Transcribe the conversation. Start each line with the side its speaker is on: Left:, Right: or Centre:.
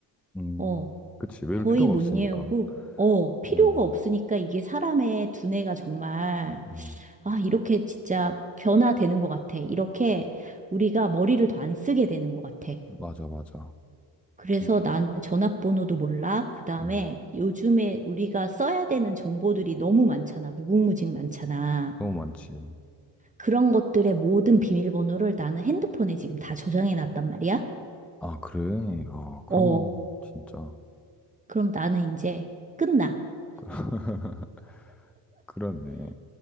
Centre: 음.
Right: 어,
Centre: 그치. 외울
Right: 거의
Centre: 필요가
Right: 못
Centre: 없으니까.
Right: 외우고, 어, 필요가
Centre: 음,
Right: 없으니까 이게 사람의 두뇌가 정말,
Centre: 음.
Right: 아, 이렇게 진짜 변화되는 것 같아. 이렇게 우리가 머리를 더 안 쓰게 되는 것 같아.
Centre: 맞아, 맞아.
Right: 그래서
Centre: 진짜,
Right: 나는 전화번호도 몰라. 그 다음에
Centre: 음.
Right: 요즘에 우리가 써야 되는 정보들이 너무 많잖아. 무궁무진 많잖아.
Centre: 너무 많지.
Right: 그런 것들의 모든 비밀번호를 나는 핸드폰에 지금 다 저장해 놨단 말이야.
Centre: 아, 그래? 아, 그러면
Right: 어,
Centre: 진짜.
Right: 그럼 나는 이제 끝나.
Centre: <laughs> 그러네.